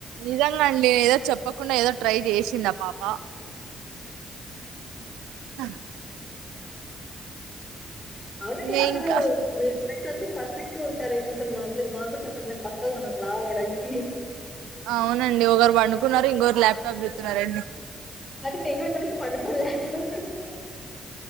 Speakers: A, on the right; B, on the left.
A: నిజంగా అండి ఏదో చెప్పకుండా ఏదో ట్రై జేసిండు ఆ పాప అ
B: అవునండి
A: నే
B: అసలు
A: ఇంకా
B: మీ <inaudible> <inaudible> పర్ఫెక్ట్ ఉంటారే కొంచెం మామలుగా మాగ్ గుడ చెప్పండి మేము బక్కగా ఉన్నాం లావు అవడానికి
A: అవునండి ఒకరు పండుకున్నారు ఇంకొకరు ల్యాప్టాప్ చుస్తున్నారండి
B: అత్ర్ <inaudible> పండుగులు <inaudible> ఇట్ల వచ్చేస్తున్నాయి